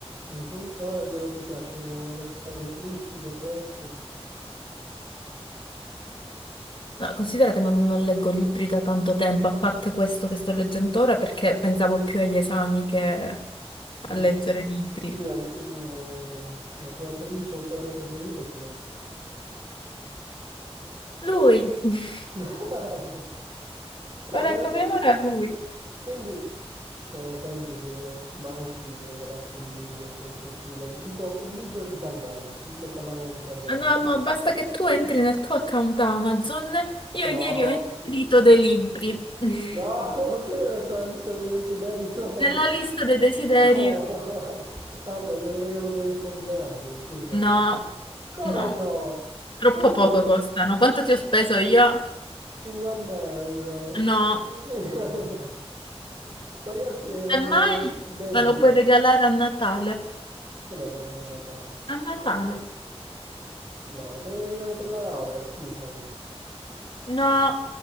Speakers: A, on the right; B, on the left.
A: Mhm. Ora di cosa ti piacciono? Le storie tristi, depresse?
B: No, considera che non, non leggo libri da tanto tempo, a parte questo che sto leggendo ora, perché pensavo più agli esami che a
A: Mm.
B: leggere libri.
A: Scusami, eh, la tua attrice, o autore preferito chi è?
B: Lui, <laughs>
A: No,
B: ora
A: per esempio,
B: come ora lui.
A: quindi per esempio se io mai ti regalassi un libro invece più leg- tipo il libro di Saviano, visto che parlavamo di Saviano,
B: Ah no,
A: tu-
B: ma basta che tu entri nel tuo account Amazon. Io
A: no,
B: ieri ho inserito dei libri <laughs>
A: no, <laughs> che mi hai messo la lista dei desideri? No,
B: nella
A: <laughs>
B: lista dei desideri.
A: no, vabbè, te li regalo per il compleanno, scusami.
B: No,
A: Come
B: no,
A: no?
B: troppo
A: Non abbiamo-
B: poco costano. Quanto ti ho speso io?
A: 50 euro.
B: No,
A: <laughs> Ma gli altri erano
B: semmai
A: debite.
B: me lo puoi regalare a Natale.
A: Come la a Natale?
B: A Natale.
A: No, te ne regalo per la laurea, scusami.
B: No.